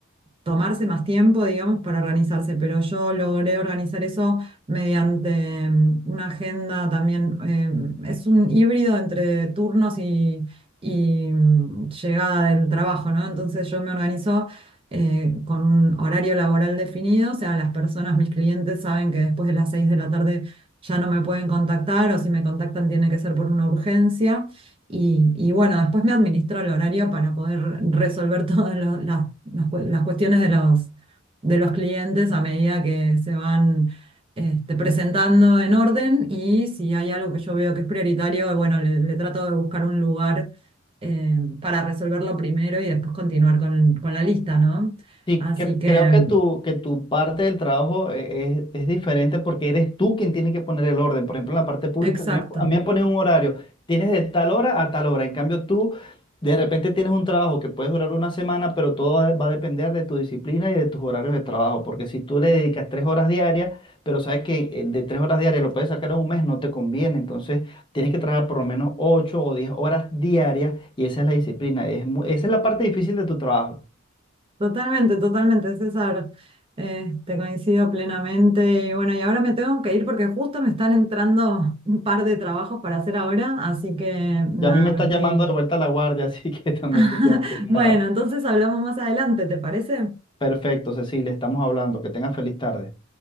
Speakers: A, on the right; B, on the left.
A: tomarse más tiempo, digamos, para organizarse, pero yo logré organizar eso mediante mm, una agenda también, em, es un híbrido entre turnos y, y, mm, llegada del trabajo, ¿no? Entonces yo me organizo eh, con un horario laboral definido, o sea, las personas, mis clientes saben que después de las 6 de la tarde ya no me pueden contactar o si me contactan tiene que ser por una urgencia. Y, y bueno, después me administro el horario para poder resolver <laughs> todas lo- las, las cue- las cuestiones de los, de los clientes a medida que se van este, presentando en orden y si hay algo que yo veo que es prioritario, bueno, le, le trato de buscar un lugar eh, para resolverlo primero y después continuar con, con la lista, ¿no?
B: Sí,
A: Así
B: cre-
A: que,
B: creo que tu, que tu parte del trabajo eh, es, es diferente porque eres tú quien tiene que poner el orden. Por ejemplo, en la parte pública,
A: exacto.
B: a mí, me po- a mí me ponen un horario, tienes de tal hora a tal hora. En cambio, tú de repente tienes un trabajo que puede durar una semana, pero todo va a depender de tu disciplina y de tus horarios de trabajo. Porque si tú le dedicas tres horas diarias, pero sabes que eh, de tres horas diarias lo puedes sacar en un mes, no te conviene. Entonces, tienes que trabajar por lo menos ocho o diez horas diarias y esa es la disciplina. Es mu- esa es la parte difícil de tu trabajo.
A: Totalmente, totalmente, César. Eh, te coincido plenamente. Y bueno, y ahora me tengo que ir porque justo me están entrando un par de trabajos para hacer ahora, así que nada,
B: Ya a mí me está
A: me estoy...
B: llamando de vuelta a la guardia, así que <laughs> también
A: <laughs>
B: te tengo que dejar.
A: Bueno, entonces hablamos más adelante, ¿te parece?
B: Perfecto, Cecilia, estamos hablando. Que tengas feliz tarde.